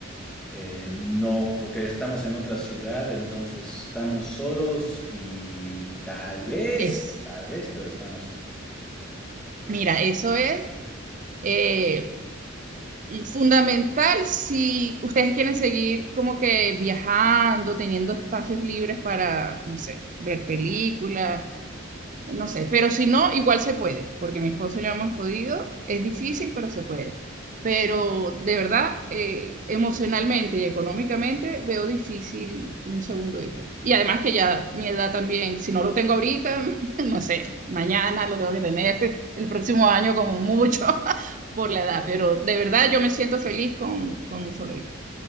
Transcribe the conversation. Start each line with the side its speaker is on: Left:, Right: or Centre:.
Centre: Eh, no, porque estamos en otra ciudad, entonces estamos solos y tal vez,
Right: Es,
Centre: tal vez, pero estamos solos.
Right: mira, eso es. eh, mm, Fundamental si ustedes quieren seguir como que viajando, teniendo espacios libres para, no sé, ver películas, no sé, pero si no, igual se puede, porque mi esposo y yo hemos podido. Es difícil, pero se puede. Pero de verdad, eh, emocionalmente y económicamente veo difícil un segundo hijo. Y además que ya mi edad también, si no lo tengo ahorita, <laughs> no sé, mañana lo tengo que tener, <laughs> el próximo año como mucho, <laughs> por la edad. Pero de verdad yo me siento feliz con, con un solo hijo.